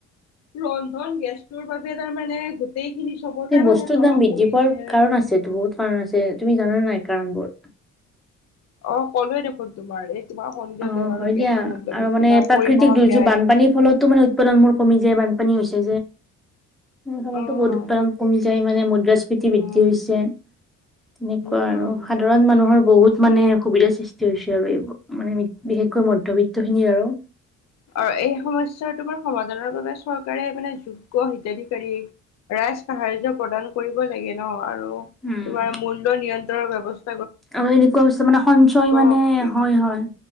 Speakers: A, on the left; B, in the centre.
A: ৰন্ধন গেছটোৰ বাবে তাৰমানে গোটেইখিনি চবতে
B: সেই বস্তুৰ
A: মানে প্ৰভাৱ
B: দাম বৃদ্ধি
A: পৰিছে।
B: পোৱাৰ কাৰণ আছেটো বহুত কাৰণ আছে, তুমি জানানে নাই কাৰণবোৰ?
A: অ ক'লোৱে দেখোন তোমাৰ এই তোমাৰ খনিজ
B: অঁ
A: তেল
B: হয়
A: আৰু গেছৰ
B: দিয়া
A: মূল্য
B: আৰু
A: বৃদ্ধি
B: মানে
A: বা
B: প্ৰাকৃতিক
A: পৰিবহন
B: দুৰ্যোগ
A: ব্যয়।
B: বানপানীৰ ফলতো মানে উৎপাদন মোৰ কমি যায় বানপানী হৈছে সতো
A: উম
B: বহুত উৎপাদন কমি যায় মানে মদ্ৰাছ বৃত্তি বৃদ্ধি
A: উম
B: হৈছে তেনেকুৱা
A: উম
B: আৰু সাধাৰণ মানুহৰ বহুত মানে সুবিধাৰ সৃষ্টি হৈছে আৰু এইবোৰ, মানে বিশেষকৈ মধ্যবিত্তখিনিৰ আৰু
A: অ এই সমস্যাটোৰ পৰা সমাধানৰ বাবে চৰকাৰে মানে যু হিতাধিকাৰীয়ে ৰাইজ সাহাৰ্য প্ৰদান কৰিব লাগে না ৰু
B: উম
A: তোমাৰ মূল্য নিয়ন্ত্ৰণৰ বৱস্থা
B: আৰু এনেকুৱা বস্তু মানে সঞ্চয় মানে,
A: শক্তি
B: হয় হয়